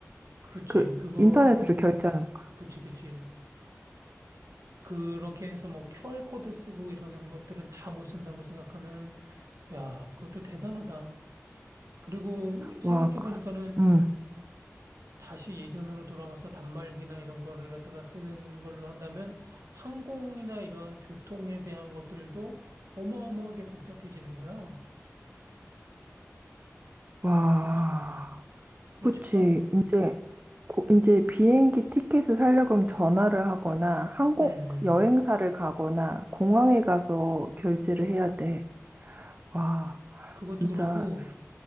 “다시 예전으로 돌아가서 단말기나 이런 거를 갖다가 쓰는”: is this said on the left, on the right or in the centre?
Right